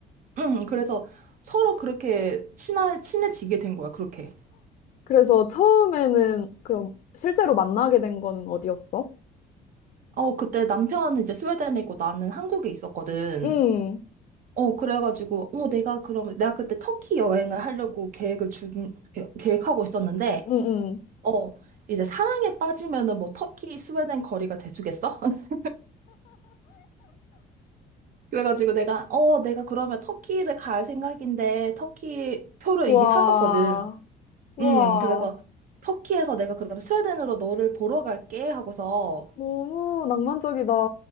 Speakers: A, on the right; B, on the left.
A: 응, 그래서 서로 그렇게 친하, 친해지게 된 거야, 그렇게.
B: 그래서 처음에는 그럼 실제로 만나게 된 거는 어디였어?
A: 어, 그때 남편은 이제 스웨덴에 있고 나는 한국에 있었거든.
B: 음,
A: 어, 그래가지고, 어, 내가 그러면, 내가 그때 터키 여행을 하려고 계획을 주, 계획하고 있었는데,
B: 음, 음.
A: 어, 이제 사랑에 빠지면은 뭐 터키, 스웨덴 거리가 돼주겠어? <laughs> 그래가지고 내가, 어, 내가 그러면 터키를 갈 생각인데 터키 표를
B: 와,
A: 이미 샀었거든.
B: 와,
A: 음, 그래서 터키에서 내가 그러면 스웨덴으로 너를 보러 갈게 하고서
B: 너무 낭만적이다.